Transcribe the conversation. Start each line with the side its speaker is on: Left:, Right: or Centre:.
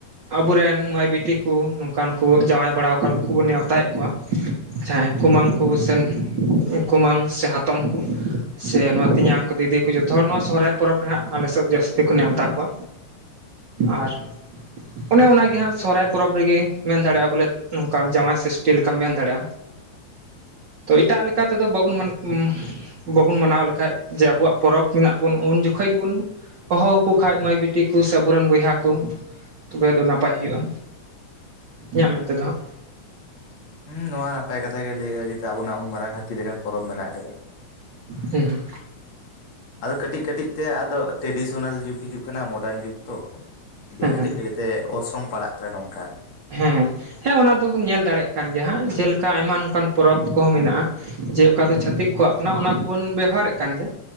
Right: ᱟᱵᱚ ᱨᱮᱱ ᱢᱟᱹᱭ ᱵᱤᱴᱤ ᱠᱚ ᱱᱚᱝᱠᱟᱱ ᱠᱚ ᱡᱟᱶᱟᱭ ᱵᱟᱲᱟ ᱟᱠᱟᱱ ᱩᱱᱠᱩ ᱵᱚᱱ ᱱᱮᱶᱛᱟ ᱮᱫ ᱠᱚᱣᱟ᱾ ᱡᱟᱦᱟᱸᱭ ᱠᱩᱢᱟᱹᱝ ᱠᱚ ᱥᱮᱱ ᱠᱩᱢᱟᱹᱝ ᱥᱮ ᱦᱟᱛᱚᱢ ᱠᱚ᱾ ᱥᱮ ᱱᱚᱣᱟ ᱛᱮᱧᱟᱝ ᱠᱚ ᱫᱤᱫᱤ ᱠᱚ ᱡᱚᱛᱷᱚ ᱦᱚᱲ ᱱᱚᱣᱟ ᱥᱚᱦᱚᱨᱟᱭ ᱯᱚᱨᱚᱵᱽ ᱨᱮ ᱦᱟᱸᱜ ᱟᱞᱮ ᱥᱮᱫ ᱡᱟᱹᱥᱛᱤ ᱠᱚ ᱱᱮᱣᱛᱟ ᱠᱚᱣᱟ᱾ ᱟᱨ ᱚᱱᱮ ᱚᱱᱟ ᱜᱮ ᱦᱟᱸᱜ ᱥᱚᱨᱦᱟᱭ ᱯᱚᱨᱚᱵᱽ ᱨᱮᱜᱮ ᱢᱮᱱ ᱫᱟᱲᱮᱭᱟᱜᱼᱟ ᱵᱚᱞᱮ ᱱᱚᱝᱠᱟᱱ ᱡᱟᱢᱟᱭ ᱥᱚᱥᱴᱤᱞ ᱞᱮᱠᱟᱢ ᱢᱮᱱ ᱫᱟᱲᱮᱜᱼᱟ᱾ ᱛᱚ ᱮᱴᱟᱜ ᱞᱮᱠᱟ ᱛᱮᱫᱚ ᱵᱟᱵᱚᱱ ᱵᱟᱵᱩᱱ -ᱮᱸ ᱵᱟᱵᱚᱱ ᱢᱟᱱᱟᱣ ᱞᱮᱠᱷᱟᱱᱡ ᱡᱮ ᱟᱵᱚᱣᱟᱜ ᱯᱚᱨᱚᱵ ᱢᱮᱱᱟᱜ ᱛᱟᱵᱚᱱ ᱩᱱ ᱡᱚᱠᱷᱚᱡ ᱜᱮᱵᱚᱱ ᱦᱚᱦᱚᱣᱟ ᱠᱚ ᱠᱷᱟᱡ ᱢᱟᱹᱭ ᱵᱤᱴᱤ ᱠᱚ ᱥᱮ ᱟᱵᱩᱨᱮᱱ ᱵᱚᱭᱦᱟ ᱠᱚ᱾ ᱛᱚᱵᱮ ᱫᱚ ᱱᱟᱯᱟᱭ ᱦᱩᱭᱩᱜᱼᱟ, ᱤᱧᱟᱹᱜ ᱢᱮᱱᱛᱮ ᱫᱚ ᱦᱟᱸᱜ᱾
Left: ᱦᱩᱸ ᱱᱚᱶᱟ ᱱᱟᱯᱟᱭ ᱠᱟᱛᱷᱟ ᱜᱮ ᱞᱟᱹᱭ <unintelligible> ᱥᱮ ᱟᱵᱚᱱᱟᱜ ᱩᱱ ᱢᱟᱨᱟᱝ ᱦᱟᱹᱛᱤ ᱞᱮᱠᱟᱱ ᱯᱚᱨᱚᱵᱽ ᱢᱮᱱᱟᱜ ᱟᱠᱟᱫᱟ᱾
Right: ᱦᱮᱸ᱾
Left: ᱟᱫᱚ ᱠᱟᱹᱴᱤᱡ ᱠᱟᱹᱴᱤᱡ ᱛᱮ ᱟᱫᱚ ᱴᱮᱰᱤᱥᱚᱱᱟᱞ ᱡᱩᱜᱽ ᱦᱤᱡᱩᱜ ᱠᱟᱱᱟ ᱢᱚᱰᱟᱨᱱ ᱡᱩᱜᱽ ᱛᱚ᱾ ᱫᱤᱭᱮ
Right: ᱦᱮᱸ
Left: ᱠᱟᱹᱴᱤᱡ
Right: ᱦᱮᱸ
Left: ᱠᱟᱹᱴᱤᱡ ᱛᱮ ᱚᱨᱥᱚᱝ ᱯᱟᱲᱟᱜ ᱠᱟᱱᱟ ᱱᱚᱝᱠᱟ᱾
Right: ᱦᱮᱸᱦᱮᱸ ᱚᱱᱟ ᱫᱚᱵᱚᱱ ᱧᱮᱞ ᱫᱟᱲᱮᱜ ᱠᱟᱱ ᱜᱮᱭᱟ ᱦᱟᱸᱜ ᱡᱮᱞᱮᱠᱟ ᱟᱭᱢᱟ ᱱᱚᱝᱠᱟᱱ ᱯᱚᱨᱚᱵᱽ ᱠᱚᱦᱚᱸ ᱢᱮᱱᱟᱜᱼᱟ᱾ ᱡᱮ ᱚᱠᱟ ᱫᱚ ᱪᱷᱟᱹᱛᱤᱠ ᱠᱚᱣᱟᱜ ᱠᱟᱱᱟ ᱚᱱᱟ ᱠᱚᱵᱚᱱ ᱵᱮᱣᱦᱟᱨᱮᱫ ᱠᱟᱱ ᱜᱮᱭᱟ᱾